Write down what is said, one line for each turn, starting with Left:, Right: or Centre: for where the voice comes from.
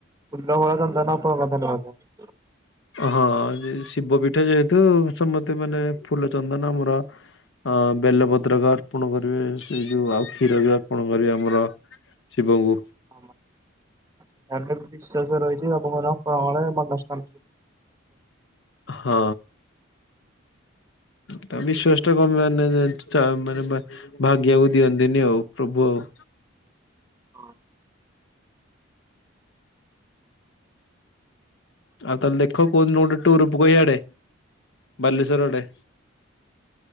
Right: ଫୁଲ ଫଳ ଚନ୍ଦନ ପ୍ର ପ୍ରଦାନ କରନ୍ତି।
Left: ହଁ ଯେ ଶିବ ପିଠା ଯେହେତୁ ସମତେ ମାନେ ଫୁଲ ଚନ୍ଦନ ମୋର ଅ ବେଲପତ୍ରକ ଅର୍ପଣ କରିବେ ସେଇ ଯୋଉ ଆଉ କ୍ଷୀର ବି ଅର୍ପଣ କରିବେ ଆମର। ଶିବଙ୍କୁ।
Right: ହଁ ମା ତାହେଲେ ବିଶ୍ୱାସ ରହିଛି ଅମଙ୍ଗଳ କଳେ ମନସ୍କାମ
Left: ହଁ। ତ ବିଶ୍ଵାସଟା କମ୍ ମାନେ ଚା ମାନେ ଭା ଭାଗିବାକୁ ଦିଅନ୍ତିନି ଆଉ ପ୍ରଭୁ ଆଉ।
Right: ହଁ।
Left: ଆଉ ତାହେଲେ ଦେଖ କୋଉ ଦିନ ଗୋଟେ ଟୁୁର ପକୁଅ ଇଆଡ଼େ ବାଲେଶ୍ୱର ଆଡ଼େ।